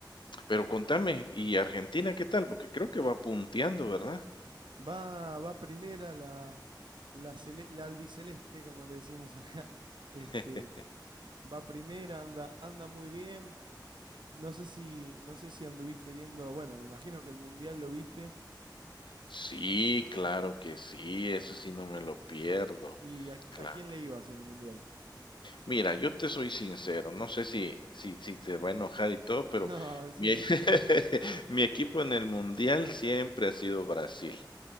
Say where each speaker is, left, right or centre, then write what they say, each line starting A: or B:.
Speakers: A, on the left (about 80°); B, on the right (about 80°).
A: Pero contame, ¿y Argentina qué tal? Porque creo que va punteando, ¿verdad?
B: Va, va primera la, la, cele- la albiceleste, como le decimos acá. Este,
A: <laughs>
B: Va primera, anda, anda muy bien. No sé si, no sé si anduviste viendo, bueno, me imagino que el Mundial lo viste.
A: Sí, claro que sí, eso sí no me lo pierdo.
B: ¿Y a, qui-
A: Claro.
B: a quién le ibas en el Mundial?
A: Mira, yo te soy sincero, no sé si si si te va a enojar y todo, pero
B: <laughs> No, decime.
A: mi <laughs> mi equipo en el mundial siempre ha sido Brasil.